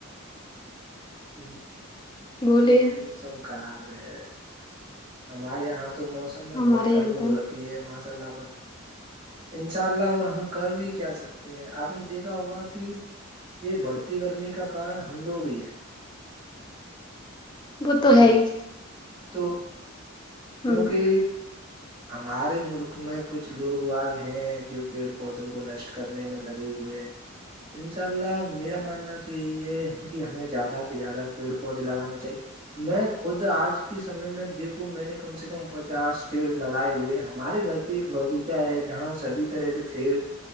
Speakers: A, on the right (about 25°); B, on the left (about 20°).
A: جی
B: بولیے
A: ج موسم خراب ہے ہمارے یہاں تو موسم میں
B: ہمارے
A: بہت
B: یہاں
A: گرمی
B: پر
A: ہو رکھی ہے ماشاء اللہ پر انشاء اللہ اور ہم کر بھی کیا سکتے ہیں آپ نے دیکھا ہوگا کہ یہ بڑھتی گرمی کا کارن ہم لوگ ہی ہیں
B: وہ تو
A: جی
B: ہے ہی
A: تو کیونکہ
B: ہ
A: ہمارے ملک میں کچھ لوگ واگ ہیں جو پیڑ پودوں کو نشٹ کرنے میں لگے ہوئے ہیں انشاء اللہ میرا ماننا تو یہی ہے کہ ہمیں زیادہ سے زیادہ پیڑ پودے لگانے چاہیے میں خود آج کے سمے میں دیکھوں میں نے کم سے کم پچاس پیڑ لگائے ہوئے ہمارے گھر پہ ایک باغیچہ ہے جہاں سبھی طرح کے پیڑ